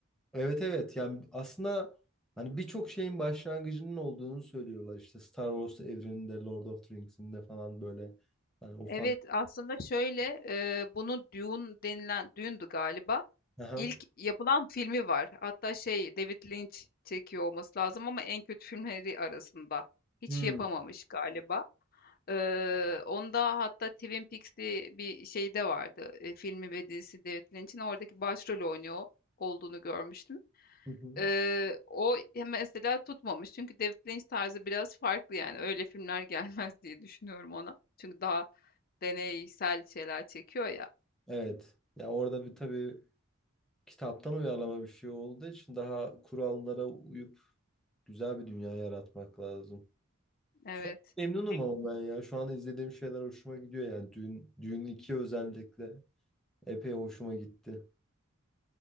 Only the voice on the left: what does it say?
Evet
aslında şöyle e, bunu Dune denilen Dune'du galiba.
İlk yapılan filmi var. Hatta şey David Lynch çekiyor olması lazım ama en kötü filmleri arasında. Hiç
yapamamış galiba. Ee, onda hatta Twin Peaks diye bir şey de vardı. E, filmi ve dizisi David Lynch'in oradaki başrol oynuyor olduğunu görmüştüm.
Ee, o mesela tutmamış. Çünkü David Lynch tarzı biraz farklı yani. Öyle filmler <laughs> gelmez diye düşünüyorum ona. Çünkü daha deneysel şeyler çekiyor ya.
Evet.
Peki.